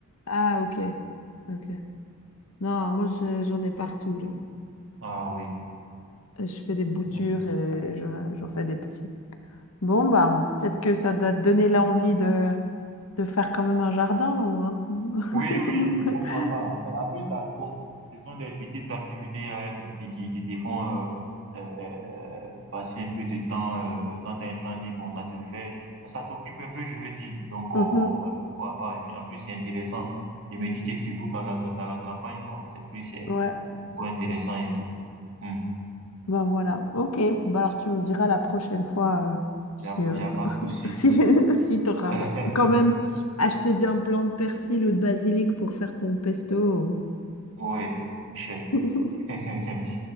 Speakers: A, on the left; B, on the right.
A: Ah, ok. Ok. Non, moi, je- j'en ai partout, là
B: Ah oui.
A: Et je fais des boutures
B: Mhm.
A: et je- j'en fais des petits. Bon, bah, peut-être que ça doit te donner l'envie de, de faire quand même un jardin ou un... <laughs>
B: Oui, oui, pourquoi pas. <laughs> En plus, ça, bon, ce sont des petites activités euh, qui, qui, qui, qui te font euh, euh, passer un peu de temps. euh, quand tu as un temps libre, bon, ça te fait, ça t'occupe un peu, je veux dire. Donc,
A: Mhm.
B: euh, voilà, pourquoi pas. Et puis, en plus, c'est intéressant. Je me dis que surtout dans la, dans la campagne, quoi, c'est plus, c'est
A: Ouais,
B: encore intéressant et tout. Hmm.
A: ben voilà. Ok, bah alors tu me diras la prochaine fois euh,
B: Il
A: si,
B: y a,
A: euh,
B: y a pas de souci.
A: <laughs> si, si tu auras
B: <laughs>
A: quand même acheté un plant de persil ou de basilic pour faire ton pesto.
B: Oui, je
A: <laughs>
B: sais. <laughs>